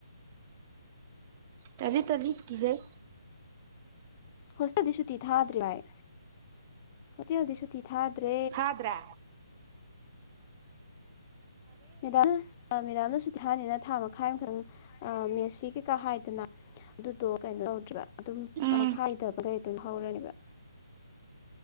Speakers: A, on the right; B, on the left.
A: ꯇꯂꯤ ꯇꯜꯂꯤ ꯀꯤꯖꯩ
B: ꯍꯣꯁꯇꯦꯜꯗꯤ ꯁꯨꯇꯤ ꯊꯥꯗ꯭ꯔꯦ ꯍꯥꯏ ꯍꯣꯇꯦꯜꯗꯤ ꯁꯨꯇꯤ ꯊꯥꯗ꯭ꯔꯦ
A: ꯊꯥꯗ꯭ꯔꯦ
B: ꯃꯦꯗꯥꯝ ꯃꯦꯗꯥꯝꯅ ꯁꯨꯨꯇꯤ ꯊꯥꯅꯤꯅ ꯊꯥ ꯃꯈꯥꯏ ꯍꯥꯏꯃ ꯑ ꯃꯦꯁꯤ ꯀꯩꯀꯥ ꯍꯥꯏꯗꯅ ꯑꯗꯨꯗꯣ ꯀꯩꯅꯣ ꯇꯧꯗ꯭ꯔꯦ ꯑꯗꯨꯝ
A: ꯎꯝ
B: <unintelligible> ꯑꯗꯨꯝ ꯍꯧꯔꯔꯤꯕ